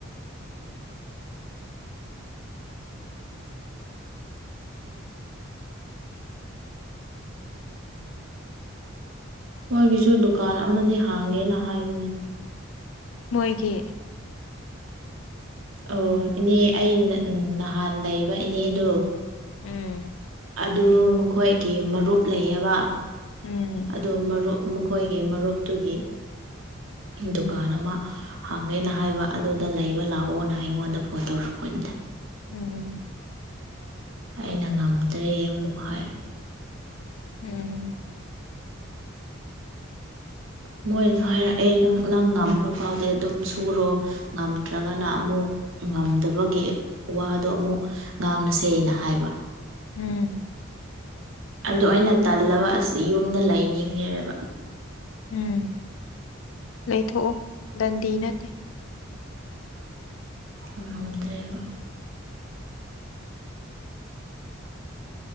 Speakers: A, on the right; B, on the left.
A: ꯃꯣꯏꯒꯤꯁꯨ ꯗꯨꯀꯥꯟ ꯑꯃꯗꯤ ꯍꯥꯡꯒꯦꯅ ꯍꯥꯏꯕꯅꯤ
B: ꯃꯣꯏꯒꯤ
A: ꯑꯣ ꯏꯅꯦ ꯑꯩ ꯅꯍꯥꯟ ꯂꯩꯕ ꯏꯅꯦꯗꯣ
B: ꯎꯝ
A: ꯑꯗꯨ ꯃꯈꯣꯏꯒꯤ ꯃꯔꯨꯞ ꯂꯩꯌꯦꯕ
B: ꯎꯝ
A: ꯑꯗꯨ ꯃꯔꯨꯞ ꯃꯈꯣꯏꯒꯤ ꯃꯔꯨꯞꯇꯨꯒꯤ ꯗꯨꯀꯥꯟ ꯑꯃ ꯍꯥꯡꯉꯦꯅ ꯍꯥꯏꯕ ꯑꯗꯨꯗ ꯂꯩꯕ ꯂꯥꯛꯑꯣꯅ ꯑꯩꯉꯣꯟꯗ ꯐꯣꯟ ꯇꯧꯔꯛꯄ ꯀꯗ
B: ꯎꯝ
A: ꯑꯩꯅ ꯉꯝꯗ꯭ꯔꯦ ꯑꯃꯨꯛ ꯍꯥꯏꯔꯦ
B: ꯎꯝ
A: <inaudible> ꯃꯣꯏꯁꯨ ꯍꯥꯏꯔꯛꯑꯦ ꯅꯪ ꯉꯝꯕ ꯐꯥꯎꯗꯤ ꯑꯗꯨꯝ ꯁꯨꯔꯣ ꯉꯝꯗ꯭ꯔꯒꯅ ꯑꯃꯨꯛ ꯉꯝꯗꯕꯒꯤ ꯋꯥꯗꯣ ꯑꯃꯨꯛ ꯉꯥꯡꯅꯁꯦꯅ ꯍꯥꯏꯕ
B: ꯎꯝ
A: ꯑꯗꯨ ꯑꯩꯅ ꯇꯜꯂꯕ ꯑꯁꯤ ꯌꯨꯝꯗ ꯂꯩꯅꯤꯡꯉꯦꯕ
B: ꯎꯝ ꯂꯩꯊꯣꯛꯑꯣ ꯗꯟꯗꯤ ꯅꯠꯇꯦ
A: ꯉꯝꯗ꯭ꯔꯦꯕ